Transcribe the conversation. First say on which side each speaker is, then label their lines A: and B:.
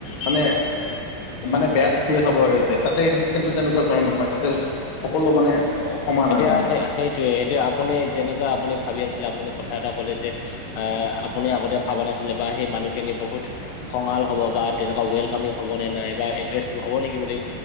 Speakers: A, on the left; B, on the left.
A: মানে - মানে বেয়া দৃষ টিৰে চাব আৰু ইয়াতে তাতে কিন্তু তেনেকুৱা ধৰণৰ নহয় তাতে সকলো মানে সমান
B: এতিয়া
A: আৰু মানে
B: সেই সেইটোৱে এতিয়া আপুনি যেনেকুৱা আপুনি ভাবি আছিলে, আপুনি কথা এটা কলে যে আহ আপুনি আগতে ভবা নাছিলে বা সেই মানুহখিনি বহুত খঙাল হ'ব বা তেনেকুৱা ৱেলকামিং হব নে নাই বা এগ্ৰেচিভ হ'ব নেকি বুলি